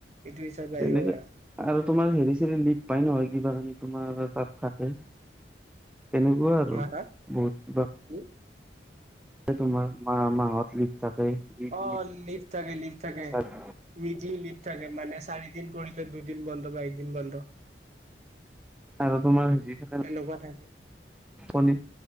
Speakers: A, on the right; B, in the centre.
A: এইটো হিচাপে
B: তেনেকে,
A: আহিব পাৰা
B: আৰু তোমাৰ হেৰি চেৰি লিভ পাই নহয়। কিবা যদি তোমাৰ তাত থাকে। তেনেকুৱা আৰু
A: হা হা
B: বহুত কিবা।
A: কি
B: তোমাৰ মাহত লিভ। থাকে দুই তিনি
A: অ' লিভ থাকে, লিভ থাকে
B: চাৰি
A: উইক্লি লিভ থাকে মানে চাৰি দিন কৰিলে দুদিন বন্ধ। একদিন বন্ধ।
B: আৰু তোমাৰ। হেৰি থাকে
A: এনেকুৱা থাকে।
B: শনি,